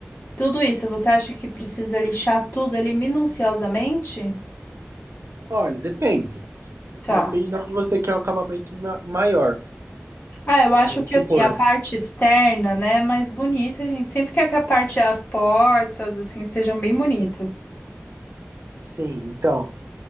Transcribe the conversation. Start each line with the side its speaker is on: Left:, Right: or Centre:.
Left: Tudo isso, você acha que precisa lixar tudo ali minuciosamente?
Right: Olha, depende.
Left: Tá.
Right: Depende de onde você quer o acabamento ma- maior.
Left: Ah, eu acho
Right: Vamos
Left: que
Right: supor.
Left: assim, a parte externa, né, é mais bonita, a gente sempre quer que a parte, as portas, assim, sejam bem bonitas.
Right: Sim, então,